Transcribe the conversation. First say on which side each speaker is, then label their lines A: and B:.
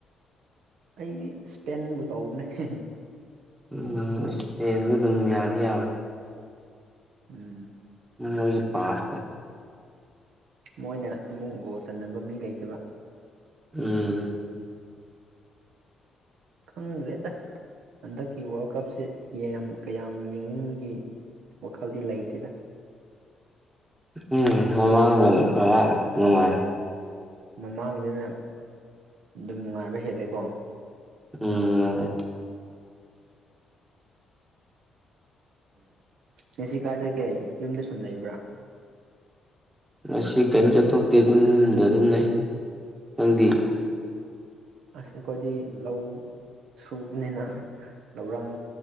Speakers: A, on the right; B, on the right.
A: ꯑꯩꯗꯤ ꯁ꯭ꯄꯦꯟꯕꯨ ꯇꯧꯕꯅꯦ ꯍꯦ ꯍꯦ
B: ꯎꯝ ꯁ꯭ꯄꯦꯟꯁꯨ ꯑꯗꯨꯝ ꯌꯥꯗꯤ ꯌꯥꯕꯅꯦ
A: ꯎꯝ
B: ꯎꯟ ꯃꯣꯏꯒꯤ ꯄꯥꯁꯇꯣ
A: ꯃꯣꯏꯅ ꯑꯃꯨꯛ ꯒꯣꯜ ꯆꯟꯅꯕ ꯃꯤ ꯂꯩꯇꯕ
B: ꯎꯝ
A: ꯈꯪꯗ꯭ꯔꯦꯗ ꯍꯟꯗꯛꯀꯤ ꯋꯥꯔꯜ ꯀꯞꯁꯦ ꯌꯥꯝ ꯀꯌꯥꯝ ꯌꯦꯡꯅꯤꯡꯕꯒꯤ ꯋꯥꯈꯜꯗꯤ ꯂꯩꯇꯦꯗ
B: ꯎꯝ ꯃꯃꯥꯡꯗꯅ ꯈꯔ ꯅꯨꯡꯉꯥꯏ
A: ꯃꯃꯥꯡꯒꯤꯗꯅ ꯑꯗꯨꯝ ꯅꯨꯡꯉꯥꯏꯕ ꯍꯦꯜꯂꯦꯀꯣ
B: ꯎꯝ ꯅꯨꯡꯉꯥꯏ
A: ꯉꯁꯤ ꯀꯥꯏꯆꯠꯀꯦ ꯌꯨꯝꯗ ꯁꯨꯝ ꯂꯩꯕ꯭ꯔꯥ
B: ꯉꯁꯤ ꯀꯩꯝ ꯆꯠꯊꯣꯛꯇꯦ ꯗꯨꯝ ꯌꯨꯝꯗ ꯑꯗꯨꯝ ꯂꯩ ꯅꯪꯗꯤ
A: ꯑꯁ ꯑꯈꯣꯏꯗꯤ ꯂꯧ ꯁꯨꯕꯅꯤꯅ ꯂꯧꯔꯥꯡ